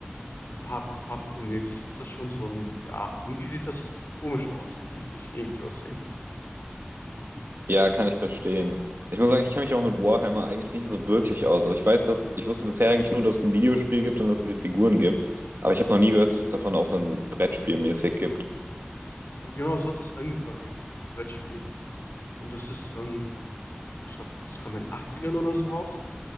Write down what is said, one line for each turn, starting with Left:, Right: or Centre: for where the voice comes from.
Left: farb, farbtonmäßig, ist das schon so ein, ja, irgendwie sieht das komisch aus, wenn die sich ähnlich aussehen.
Right: Ja, kann ich verstehen. Ich muss sagen, ich kenne mich auch mit Warhammer eigentlich nicht so wirklich aus. Also ich weiß, dass ich wusste bisher eigentlich nur, dass es ein Videospiel gibt und dass es die Figuren gibt, aber ich habe noch nie gehört, dass es davon auch so ein Brettspiel mäßig gibt.
Left: Und genau so hat das angefangen eigentlich mit dem Brettspiel. Und das ist dann ich glaube, das kam in den Achtzigern oder so raus.